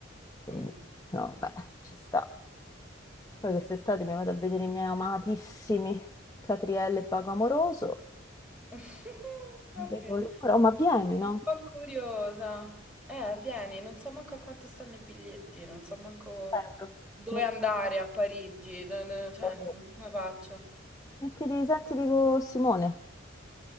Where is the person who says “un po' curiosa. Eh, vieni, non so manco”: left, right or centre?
Centre